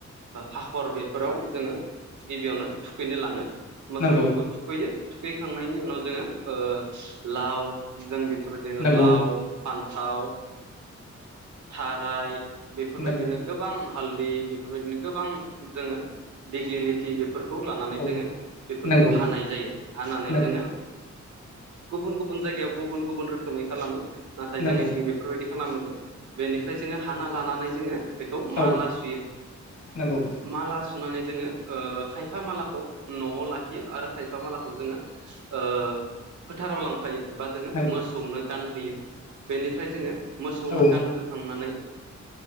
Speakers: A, on the right; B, on the left.
A: हाखर बेफोराव जोंङो गिबियावनो थुखैनो लांङो मोसौफोरखौ
B: नंगौ
A: खैयो सुखैखांनायनि उनाव जोङो लाव जों बेफोरबायदिनो
B: नंगौ
A: लाव फान्थाव थाराय बेफोरबायदिनो
B: नंगौ
A: गोबां हालदै बेफोरबायदिनो गोबां जोंङो दिग्लिथि फोरफोरखौ लानानै
B: औ
A: जोङो बेफोरखौ
B: नंगौ
A: हानाय जायो हानानै
B: नंगौ
A: जोंङो गुबुन गुबुन जायगायाव गुबुन गुबुन रोखोमै खालामो नाथाय
B: नंगौ
A: जोंनिथिं बे बेफोरबायदि खालामोदो बेनिफ्राय जोङो हाना लानानै जोंङो बेखौ माला
B: औ
A: सुयो
B: नंगौ
A: माला सुनानै जोंङो खायफा मालाखौ नआव लाखियो आरो खायफा मालाखौ जोंङो ओ फोथाराव लांफायो बा जोंङो
B: नंगौ
A: मोसौनो गानहोयो बेनिफ्राय जोंङो मोसौनो
B: औ
A: गानहोखांनानै